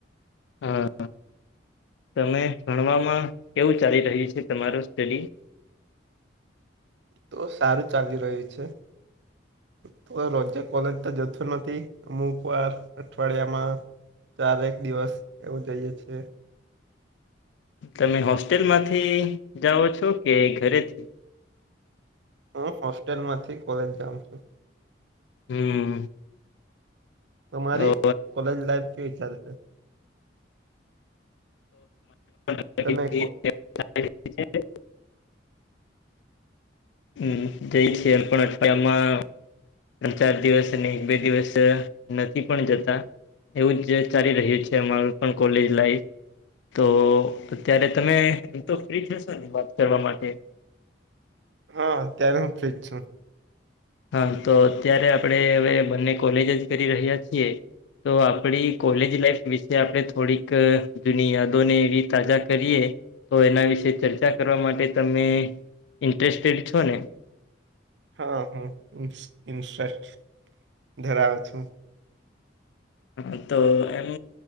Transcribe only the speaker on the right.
તો સારું ચાલી રહ્યું છે. તો રોજે કોલેજ તો જતો નથી અમુક વાર અઠવાડિયામાં ચારેક દિવસ એવું જઈએ છીએ.
હું હોસ્ટેલ માંથી કોલેજ જાઉ છું.
તમારી
કોલેજ લાઈફ કેવી ચાલે છે?
તમે કો
હા અત્યારે હું ફ્રી જ છું.
હા હું ઈ ઈન્સ્ટસ્ટ ધરાવું છું.